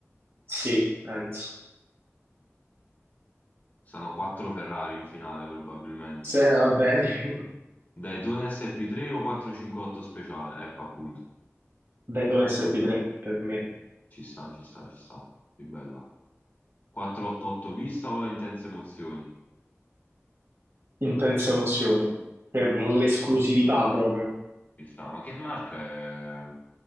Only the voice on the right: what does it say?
Sì, penso.
Se va bene,
<laughs> Dato SP3 per me,
intense emozioni, per l'esclusività proprio.